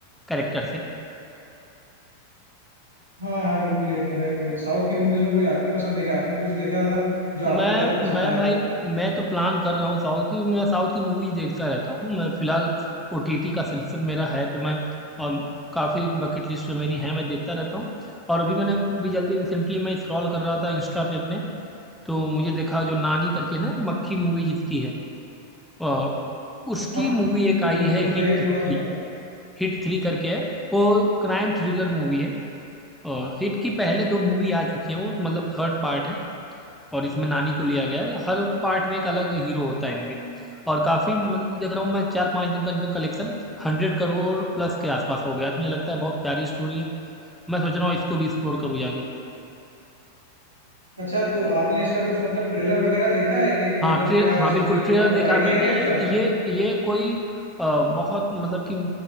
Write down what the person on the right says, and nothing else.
हाँ हाँ बिल्कुल ये तो है और साउथ की मूवीज में कोई आपकी पसंद है क्या आपने कुछ देखा था जो आपको
ज्यादा पसंद
आया
था
हाँ
बिल्कुल
बताइए
थोड़ा
सा उस बारे में।
अच्छा तो आपने इसका कुछ मतलब ट्रेलर वगैरह देखा है क्या कि
मतलब
क्या
स्टोरी है
थोड़ा बहुत
आइडिया
है क्या
कुछ आपको